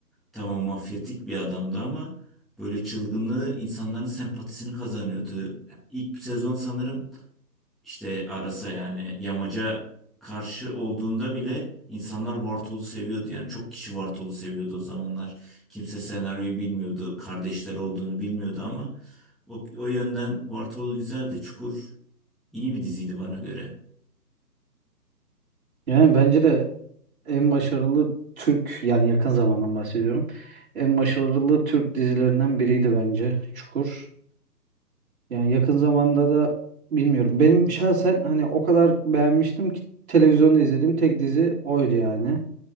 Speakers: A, in the centre; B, on the right (about 55°).
A: Tamam mafyatik bir adamdı ama böyle çılgınlığı insanların sempatisini kazanıyordu. İlk sezon sanırım işte Arasa yani Yamaca karşı olduğunda bile insanlar Vartolu seviyordu. Yani çok kişi Vartolu seviyordu o zamanlar. Kimse senaryoyu bilmiyordu. Kardeşler olduğunu bilmiyordu ama o, o yönden Vartolu güzeldi. Çukur iyi bir diziydi bana göre.
B: Yani bence de en başarılı Türk yani yakın zamandan bahsediyorum. En başarılı Türk dizilerinden biriydi bence Çukur. Yani yakın zamanda da bilmiyorum. Benim şahsen hani o kadar beğenmiştim ki televizyonda izlediğim tek dizi oydu yani.